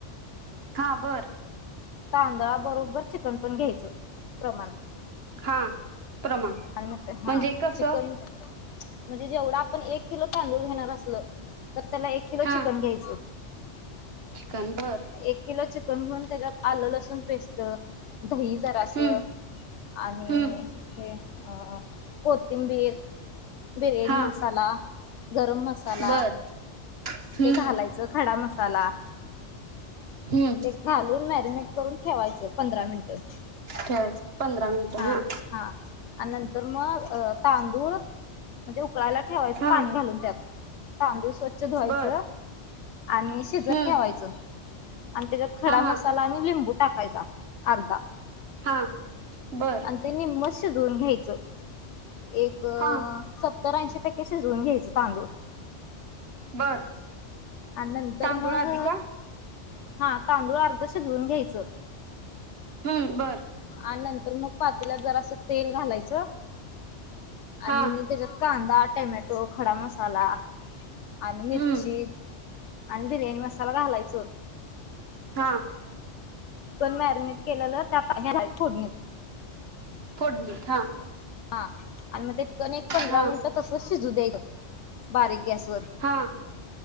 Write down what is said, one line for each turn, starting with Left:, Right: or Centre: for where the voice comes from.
Right: हां. बरं.
Left: तांदळा बरोबर चिकन पण घ्यायचं प्रमाण.
Right: हां. प्रमाण.
Left: आणि मग ते हा
Right: म्हणजे कस?
Left: चिकन म्हणजे जेवढा आपण एक किलो तांदूळ घेणार असल, तर त्याला एक किलो
Right: हा
Left: चिकन घ्यायचं.
Right: चिकन बर.
Left: एक किलो चिकन घेऊन त्याच्यात आलं, लसूण पेस्ट - दही जरासं
Right: हम्म
Left: आणि-
Right: हम्म
Left: हे अ कोथिंबीर. बिर्याणी
Right: हा
Left: मसाला, गरम मसाला.
Right: बर हम्म
Left: ते घालायचं. खडा मसाला.
Right: हम्म
Left: ते घालून मॅरिनेट करून ठेवायचं. पंधरा मिनिटं.
Right: ठेवायचं. पंधरा मिनिटं
Left: हा
Right: हो.
Left: हा. आणि नंतर मग तांदूळ- म्हणजे उकळायला ठेवायचं
Right: हा
Left: पाणी घालून त्यात. तांदूळ स्वच्छ- -च्छ धुवायच
Right: बर
Left: आणि शिजत
Right: हम्म
Left: ठेवायच. आणि त्याच्यात खडा
Right: हा
Left: मसाला
Right: हा
Left: आणि लिंबू टाकायचा अर्धा.
Right: हां. बरं.
Left: त्यांनी मस शिजवून घ्यायचं. एक- -त्तर
Right: हा
Left: ऐंशी टक्के शिजवून घ्यायच तांदूळ.
Right: बर
Left: आणि नंतर
Right: तांदूळ
Left: मग-
Right: आधी का
Left: हां. तांदूळ अर्ध शिजवून घ्यायचं.
Right: हम्म. बरं.
Left: आणि नंतर मग पातील्यात जरासं तेल घालायचं- आणि
Right: हा
Left: त्याच्यात कांदा, टमॅटो खडा मसाला. आणि मिरची
Right: हम्म
Left: आणि बिर्याणी मसाला घालायच.
Right: हां.
Left: Chicken marinate केलल. <unintelligible> त्या फोडणीत.
Right: थोडणी, हा.
Left: हा, आणि मग ते तिकन एक पंधरा
Right: हा
Left: मिनिटं तस शिजू द्यायचं. बारीक गॅस वर
Right: हा